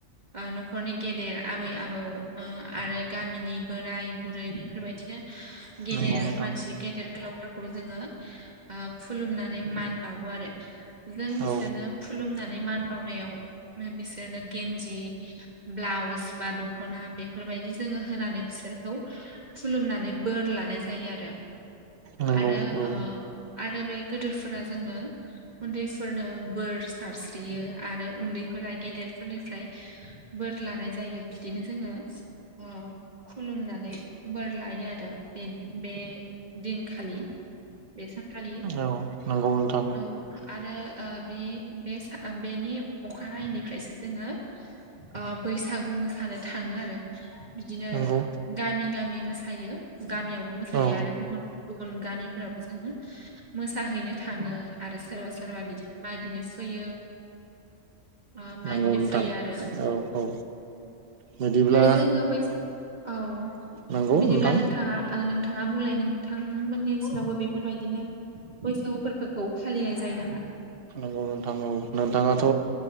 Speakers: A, on the right; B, on the right.
A: ओ न'खरनि गेदेर आबै आबौ ओ आरो गामिनि बोराय बुरै बेफोरबायदिनो गेदेर
B: नंगौ नोंथां
A: मानसि गेदेर गोलावफोरखौ जोङो ओ खुलुमनानै मान बावो आरो जों बि बिसोरनो
B: औ
A: खुलुमनानै मान बावनायाव बिसोरनो गेन्जि ब्लाउस बा दख'ना बेफोरबायदि जोङो होनानै बिसोरखौ खुलुमनानै बोर लानाय जायो आरो
B: नंगौ
A: आरो
B: औ
A: ओ आरो बे गोदोरफोरा जोंनो उन्दैफोरनो बोर सारस्रियो आरो उन्दै फोरा गेदेरफोरनिफ्राय बोर लानाय जायो बिदिनो जोङो अ खुलुमनानै बोर लायो आरो बे बे दिनखालि बेसनखालि
B: औ नंगौ नोंथां
A: औ आरो ओ बे बेनि अखानायैनिफ्रायसो जोङो ओ बैसागु मोस मोसानो थाङो आरो बिदिनो
B: नंगौ
A: गामि गामि मोसायो गामियावबो मोसायो
B: औ
A: आरो गुबुन गुबुन गामिफोरावबो जोङो मोसाहैनो थाङो आरो सोरबा सोरबा बिदिनो म मागिनो फैयो ओ मागिनो
B: नंगौ नोंथां
A: फैयो आरो
B: औ औ बिदिब्ला
A: आरो जोङो बैस औ
B: नंगौ
A: बिदिब्ला
B: नोंथां
A: नोंथाङा ओ नोंथाङा बुंलाय नोंथांमोननि ओसोलावबो बेफोरबायदिनो बैसागुफोरखौ फालिनाय जायो नामा
B: नंगौ नोंथां नोंथाङाथ'